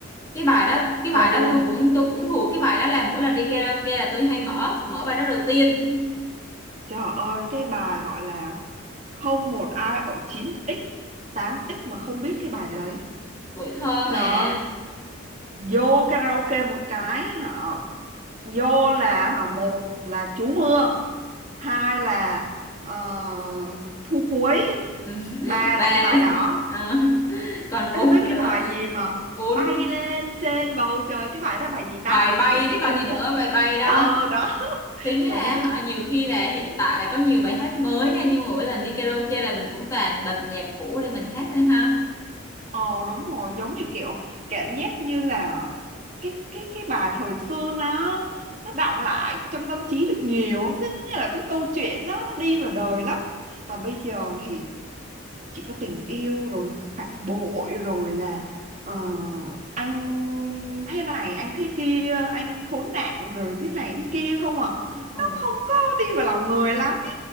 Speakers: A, on the left; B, on the right.
A: cái bài đó cái
B: ừ
A: bài đó tôi cũng tôi cũng thuộc cái bài đó là mỗi lần đi karaoke là tôi hay mở mở bài đó đầu tiên
B: trời ơi cái bài gọi là không một ai ở chín x tám x mà không biết cái bài đấy
A: tuổi thơ
B: trời
A: mà
B: ơi vô karaoke một cái họ vô là họ một là trú mưa hai là ờ, thu cuối
A: ừ. <laughs>
B: ba
A: bà
B: là cái bài đó
A: ờ, còn
B: Ê,
A: bốn
B: với cái
A: nữa
B: bài gì mà
A: bốn
B: bay lên trên bầu trời cái bài đó bài gì ta
A: bài bay
B: tự nhiên
A: chứ còn
B: quên
A: gì nữa
B: tên
A: bài bay
B: ờ
A: đó
B: đó
A: tính
B: trời
A: ra
B: ơi
A: họ nhiều khi là hiện tại là có nhiều bài hát mới nha nhưng mà mỗi lần đi karaoke là mình cũng toàn bật nhạc cũ để mình hát thôi ha
B: ờ đúng rồi giống như kiểu cảm giác như là cái cái cái bài thời xưa nó nó đọng lại trong tâm trí được nhiều cái như là cái câu chuyện đó nó đi vào đời lắm còn bây giờ
A: Ừ.
B: thì chỉ có tình yêu rồi phản bội rồi là ờ, anh thế này anh thế kia anh khốn nạn rồi thế này thế kia không à
A: Ồ
B: nó không có đi vào lòng người lắm ý.